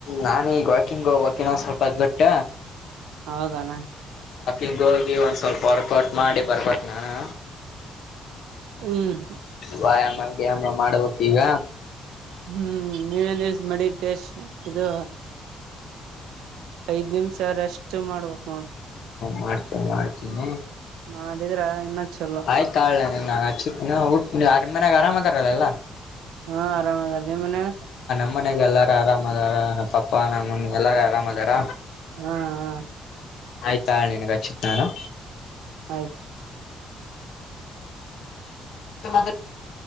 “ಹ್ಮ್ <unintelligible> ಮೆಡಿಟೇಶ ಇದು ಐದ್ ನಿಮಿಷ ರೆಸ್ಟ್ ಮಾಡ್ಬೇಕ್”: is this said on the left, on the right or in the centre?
Right